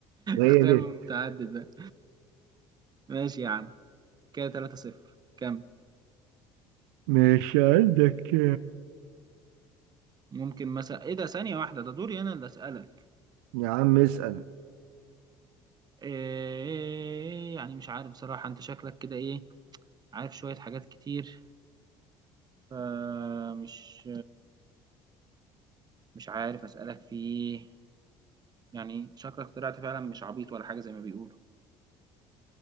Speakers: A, on the right; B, on the right.
A: وهي
B: اختيار
A: ب
B: متعدد بقى ماشي يا عم كده 3 صفر كم
A: مش عندك
B: ممكن مثلا ايه ده ثانية واحدة ده دوري انا اللي اسألك
A: يا عم اسأل
B: إيه يعني مش عارف بصراحة انت شكلك كده ايه عارف شوية حاجات كتير فمش مش عارف أسألك في إيه يعني شكلك طلعت فعلا مش عبيط ولا حاجة زي ما بيقولوا